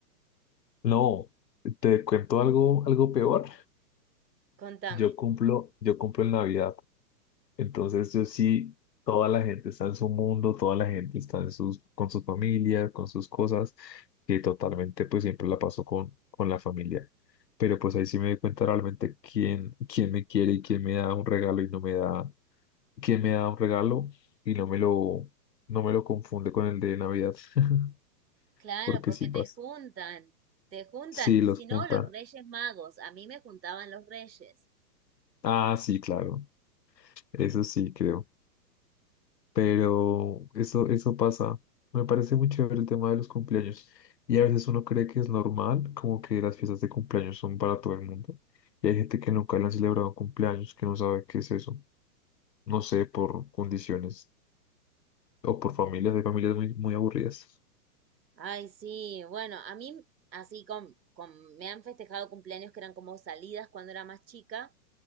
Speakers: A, on the left; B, on the right.
A: No, te cuento algo, algo peor.
B: Contame.
A: Yo cumplo, yo cumplo en Navidad. Entonces, yo sí, toda la gente está en su mundo, toda la gente está en sus, con su familia, con sus cosas, que totalmente pues siempre la paso con, con la familia. Pero pues ahí sí me doy cuenta realmente quién, quién me quiere y quién me da un regalo y no me da, quién me da un regalo y no me lo, no me lo confunde con el de Navidad, <laughs>
B: Claro,
A: porque
B: porque
A: sí
B: te
A: pasa.
B: juntan, te juntan.
A: Sí,
B: Y
A: los
B: si no,
A: juntan.
B: los Reyes Magos. A mí me juntaban los Reyes.
A: Ah, sí, claro. Eso sí, creo. pero eso, eso pasa. Me parece muy chévere el tema de los cumpleaños. Y a veces uno cree que es normal, como que las fiestas de cumpleaños son para todo el mundo. Y hay gente que nunca le han celebrado cumpleaños, que no sabe qué es eso. No sé, por condiciones o por familias. Hay familias muy, muy aburridas.
B: Ay, sí, bueno, a mí así con, con, me han festejado cumpleaños que eran como salidas cuando era más chica.